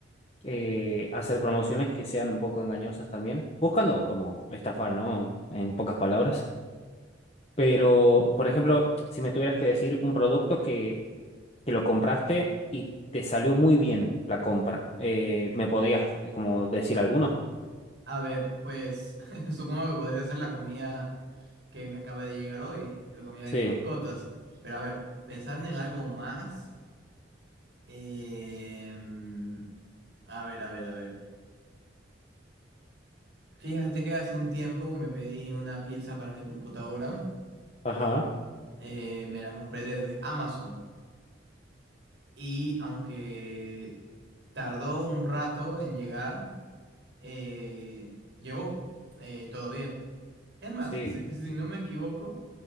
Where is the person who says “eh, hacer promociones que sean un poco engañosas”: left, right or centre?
Left